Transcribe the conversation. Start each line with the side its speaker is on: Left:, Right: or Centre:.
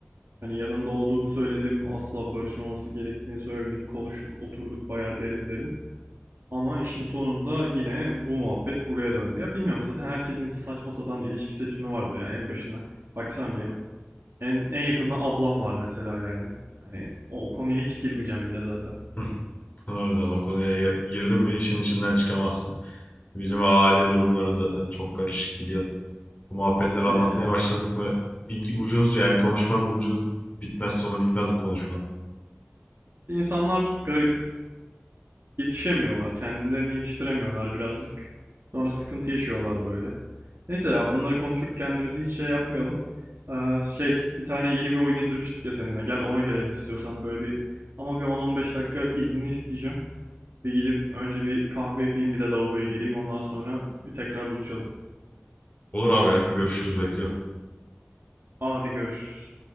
Right: Hani yanında olduğumu söyledim, asla barışmaması gerektiğini söyledim. Konuştuk, oturduk bayağı derin derin. Ama işin sonunda yine bu muhabbet buraya döndü. Ya bilmiyorum zaten herkesin bir saçma sapan ilişki seçimi vardır ya en başına. Baksana benim en, en yakınımda ablam var mesela yani. Hani o konuya hiç girmeyeceğim bile zaten.
Left: <laughs> Oradan o konuya ya- girdin mi işin içinden çıkamazsın. Bizim aile durumları zaten çok karışık biliyorsun. Bu muhabbetleri
Right: Yani.
Left: anlatmaya başladık mı? Bir ucuz yani konuşmanın ucu bitmez sonu bitmez bu konuşmanın.
Right: insanlar garip. Yetişemiyorlar. Kendilerini yetiştiremiyorlar birazcık. Sonra sıkıntı yaşıyorlar böyle. Neyse ya bunları konuşup kendimizi hiç şey yapmayalım. Ee, şey bir tane yeni bir oyun indirmiştik ya seninle. Gel ona gelelim istiyorsan böyle bir ama bir 10-15 dakika izni isteyeceğim. Bir gidip önce bir kahve yapayım bir de lavaboya gireyim ondan sonra bir tekrar buluşalım.
Left: Olur abi görüşürüz bekliyorum.
Right: Hadi görüşürüz.